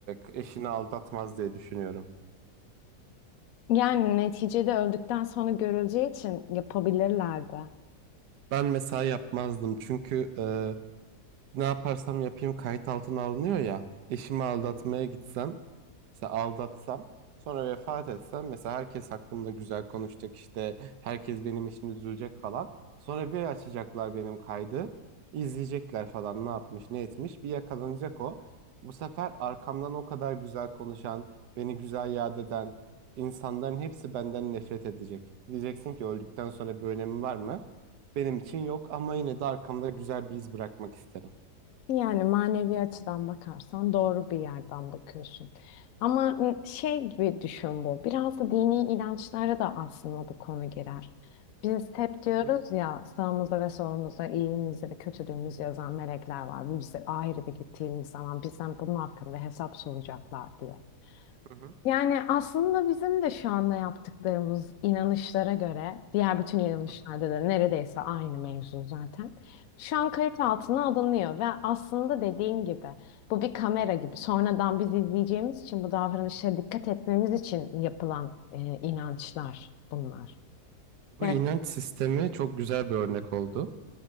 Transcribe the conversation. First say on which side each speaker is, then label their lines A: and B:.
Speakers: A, on the right (about 75°); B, on the left (about 65°).
A: e, eşini aldatmaz diye düşünüyorum.
B: Yani neticede öldükten sonra görüleceği için yapabilirlerdi.
A: Ben mesela yapmazdım. Çünkü e, ne yaparsam yapayım kayıt altına alınıyor ya. Eşimi aldatmaya gitsem Mesela aldatsam sonra vefat etsem mesela herkes hakkımda güzel konuşacak işte herkes benim için üzülecek falan. Sonra bir açacaklar benim kaydı izleyecekler falan ne yapmış ne etmiş bir yakalanacak o. Bu sefer arkamdan o kadar güzel konuşan beni güzel yad eden insanların hepsi benden nefret edecek. Diyeceksin ki öldükten sonra bir önemi var mı? Benim için yok ama yine de arkamda güzel bir iz bırakmak isterim.
B: Yani manevi açıdan bakarsan doğru bir yerden bakıyorsun. Ama şey gibi düşün bu. Biraz da dini inançlara da aslında bu konu girer. Biz hep diyoruz
A: Hı hı,
B: ya sağımızda ve solumuzda iyiliğimizi ve kötülüğümüzü yazan melekler var. Biz de ahirete gittiğimiz zaman bizden bunun hakkında hesap soracaklar diye.
A: hı hı,
B: Yani aslında bizim de şu anda yaptıklarımız inanışlara göre, diğer bütün inanışlarda
A: hı hı,
B: da neredeyse aynı mevzu zaten. Şu an kayıt altına alınıyor ve aslında dediğin gibi bu bir kamera gibi. Sonradan biz izleyeceğimiz için bu davranışlara dikkat etmemiz için yapılan e, inançlar bunlar. Yani,
A: Bu inanç sistemi çok güzel bir örnek oldu.